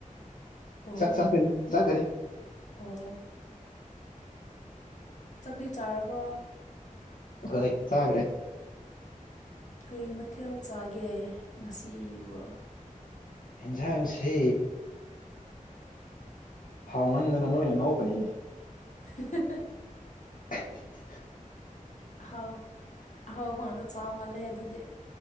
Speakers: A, on the left; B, on the left.
A: ꯑꯣ
B: ꯆꯥꯛ ꯆꯥꯒꯅꯤ ꯆꯥꯒꯅꯤ
A: ꯑꯣ ꯆꯥꯛꯗꯤ ꯆꯥꯔꯕꯣ
B: ꯒꯩ ꯆꯥꯒ꯭ꯔꯦ
A: ꯀꯩ ꯃꯊꯦꯜ ꯆꯥꯒꯦ ꯉꯁꯤꯕꯣ
B: ꯍꯦꯟꯖꯥꯡꯁꯦ ꯍꯥꯎꯃꯟꯗꯅ ꯅꯣꯏꯅ ꯅꯣꯛꯒꯅꯤꯅꯦ
A: <unintelligible>
B: <inaudible>
A: ꯍꯥꯎ ꯑꯍꯥꯎꯕ ꯉꯥꯛꯇ ꯆꯥ ꯃꯥꯜꯂꯦ ꯑꯗꯨꯗꯤ